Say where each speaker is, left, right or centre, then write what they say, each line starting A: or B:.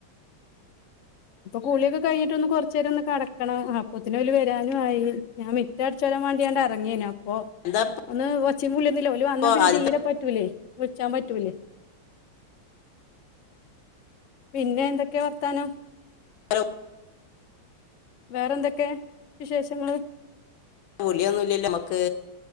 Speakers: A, on the left; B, on the left.
A: കൂളിയൊക്കെ കഴിഞ്ഞട്ട് ഒ കൊറച്ചര ഒന്ന് കിടക്കണം അപ്പത്തിന ഓൽ വരാനു ആയി ഞാൻ മിറ്റ അടിച്ചോല്ലം വേണ്ടിയാണ്ട് ഇറങ്ങേന അപ്പൊ
B: എന്താ
A: ഒന്ന് ഒച്ചി പുുള്ളുന്നില്ല വന്നാ
B: ഇപ്പോൾ
A: പിന്നെ
B: ആദ്യത്തെ
A: തീരെ പറ്റൂലേ വിളിച്ചാൻ പറ്റൂലേ പിന്നെ എന്തൊക്കെയാ വർത്താനം
B: ഹലോ <unintelligible>
A: വേറെന്തൊക്കെ വിശേഷങ്ങള്
B: പൊളിയൊന്നും ഇല്ലല്ലേ നമക്ക്